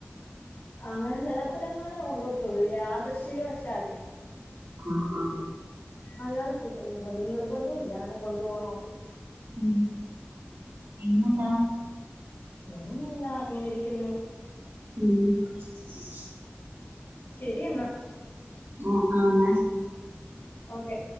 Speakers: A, on the left; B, on the right.
A: അങ്ങനെ ചലപ്പഴങ്ങള കൊണ്ട പോത്തുള്ളൂ യാദൃഷിക വശാൽ
B: ആ ആ
A: അല്ലാതെ <unintelligible> നിർബന്തുല്ല അങ്ങനെ കൊണ്ടു പോണന്ന്
B: ഉം പിന്നെന്താ
A: നിന്നന്നല്ല ഇങ്ങനെ ഇരിക്കുന്നു
B: ഉം <inaudible>
A: ശരി എന്നാ
B: ഓ ആഹ് ന്നാ
A: ഓക്കെ